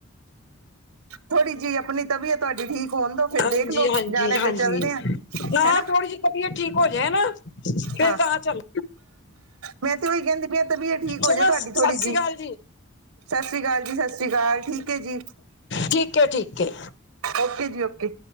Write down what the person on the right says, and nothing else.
ਥੋੜ੍ਹੀ ਜੀ ਆਪਣੀ ਤਬੀਅਤ ਤੁਆਡੀ ਠੀਕ ਹੋਣ ਦੋ, ਫੇਰ
ਦੇਖ ਲੋੋ
ਜਾਣਾ
ਤੇ ਚੱਲਦੇ ਆ
ਹੈਨਾ।
ਹਾਂ
ਮੈ ਤੇ ਉਹੀ ਕਹਿਦੀ ਪਈ ਤਬੀਅਤ ਠੀਕ ਹੋ
ਜੇ ਤੁਆਡੀ
ਥੋੜ੍ਹੀ
ਜੀ।
ਸਸਸ੍ਰੀ ਅਕਾਲ ਜੀ-ਸਸ ਸ੍ਰੀ ਅਕਾਲ ਠੀਕ ਐ ਜੀ
ਓਕੇ ਜੀ ਓਕੇ